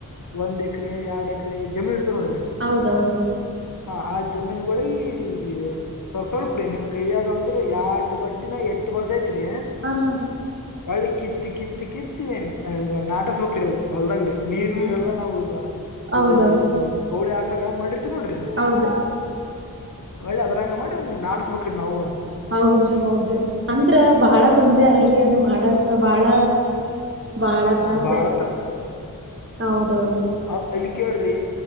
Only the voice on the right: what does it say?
ಹೌದೌದೌದು
ಆ ಹಾ
ಹ
ಹೌದೌದು
ಹೌದು
ಹೌದ್ರಿ ಹೌದ ಅಂದ್ರ ಬಾಳ ತೊಂದ್ರೆ ಅಲ್ರರಿ ಅದು ಅದು ಮಾಡಕ ಬಾಳ ಬಾಳ ತ್ರಾಸ
ಹೌದೌದು